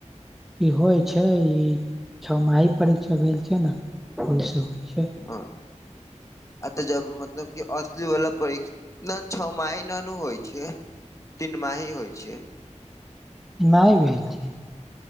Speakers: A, in the centre; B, on the left.
A: ई होइ छै ई छओ महि परीक्षा भेल छै ने ओहिस होइ छै।
B: ह आ तऽ जब मतलब। कि असली वला परीक्षा छ महिना न होइ छै। तीन माही होइ छै।
A: तीन माही भी होइ छै।